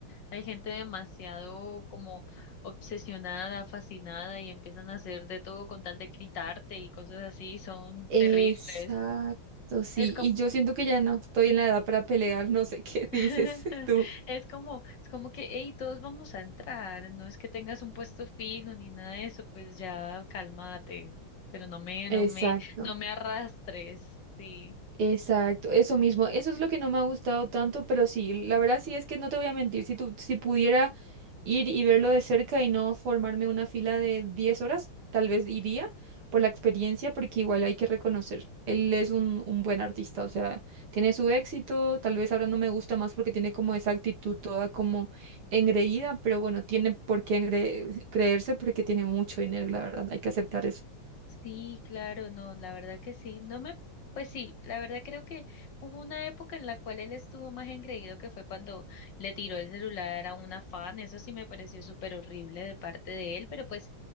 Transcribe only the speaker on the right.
Exacto,
sí,
y yo siento que ya no estoy en la edad para pelear, no sé qué dices
<laughs> tú.
Exacto.
Exacto, eso mismo, eso es lo que no me ha gustado tanto, pero sí, la verdad sí es que no te voy a mentir, si tú, si pudiera ir y verlo de cerca y no formarme una fila de 10 horas, tal vez iría por la experiencia, porque igual hay que reconocer, él es un, un buen artista, o sea, tiene su éxito, tal vez ahora no me gusta más porque tiene como esa actitud toda como engreída, pero bueno, tiene por qué engre- creerse porque tiene mucho dinero, la verdad, hay que aceptar